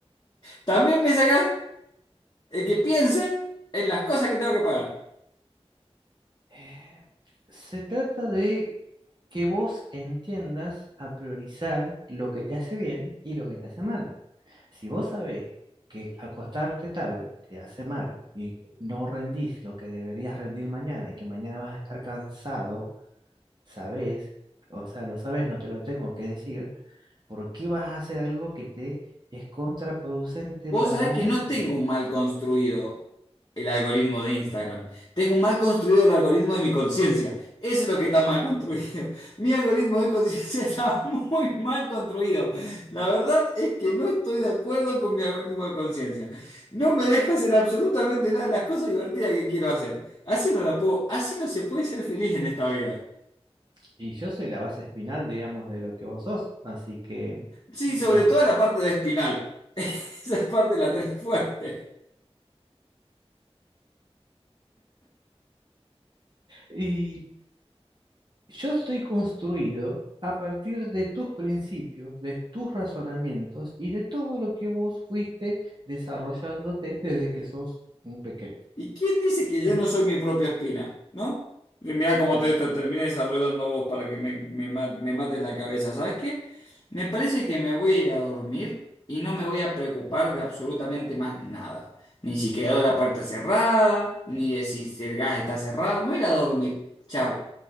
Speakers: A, on the left; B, on the right.
A: también me sacas el que piense en las cosas que tengo que pagar.
B: Eh, se trata de que vos entiendas a priorizar lo que te hace bien y lo que te hace mal. Si vos sabés que acostarte tarde te hace mal y que no rendís lo que deberías rendir mañana y que mañana vas a estar cansado, sabés, o sea, lo sabés, no te lo tengo que decir, ¿por qué vas a hacer algo que te es contraproducente
A: Vos
B: para
A: sabés
B: vos
A: que
B: mismo?
A: no tengo un mal construido el algoritmo de Instagram. Tengo mal construido el algoritmo de mi conciencia. Eso es lo que está mal construido. <laughs> Mi algoritmo de conciencia <laughs> está muy mal construido. La verdad es que no estoy de acuerdo con mi algoritmo de conciencia. No me deja hacer absolutamente nada de las cosas divertidas que quiero hacer. Así no la puedo, así no se puede ser feliz en esta vida.
B: Y yo soy la base espinal, digamos, de lo que vos sos, así que,
A: Sí,
B: digamos.
A: sobre todo la parte de espinal. <laughs> Esa parte la tenés fuerte.
B: Y yo estoy construido a partir de tus principios, de tus razonamientos y de todo lo que vos fuiste desarrollándote desde que sos un pequeño.
A: ¿Y quién dice que yo
B: En-
A: no soy mi propia espina? ¿No? Y Mirá cómo te te terminé desarrollando vos para que me, me, ma- me mates la cabeza. ¿Sabes qué? Me parece que me voy a ir a dormir y no me voy a preocupar de absolutamente más nada. Ni si quedó la puerta cerrada, ni de si el gas está cerrado. Me voy a ir a dormir. Chao.